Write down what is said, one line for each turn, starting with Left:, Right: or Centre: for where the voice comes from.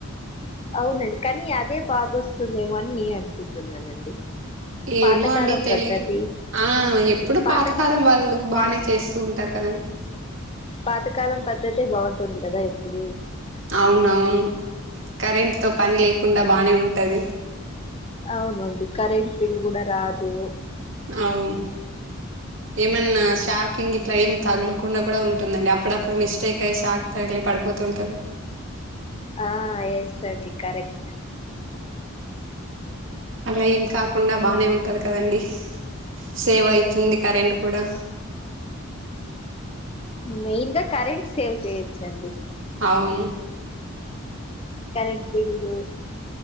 Left: అవునండి కానీ అదే బాగొస్తుందేమో అని నేను అనుకుంటున్నానండి
Right: ఏమో
Left: పాతకాలం
Right: అండి తెలీదు
Left: పద్ధతి
Right: ఆ ఎప్పుడు
Left: పాత
Right: పాతకాలం వాళ్ళు బానే చేస్తూ ఉంటారు కదండి
Left: పాతకాలం పద్ధతే బాగుంటుంది కదా ఎప్పుడు
Right: అవునవును కరెంట్ తో పని లేకుండా బానే ఉంటది
Left: అవునుండి కరెంట్ బిల్ కూడా రాదు
Right: అవును ఏమన్నా శాక్ హింగ్ ఇట్లా ఏం తగలకో కుండా కూడా ఉంటుందండి అప్పుడప్పుడు మిస్టేక్ అయ్యి షాక్ తగిలి పడిపోతూ ఉంటారు కదా
Left: ఆ ఎస్ అండి కరెక్ట్
Right: అట్లా ఏం కాకుండా బానే ఉంటది కదండి సేవ్ అయితుంది
Left: అవునండి
Right: కరెంట్ కూడా
Left: మెయిన్ గా కరెంట్ సేవ్ చెయ్యొచ్చండి
Right: అవును
Left: కరెంట్ బిల్లు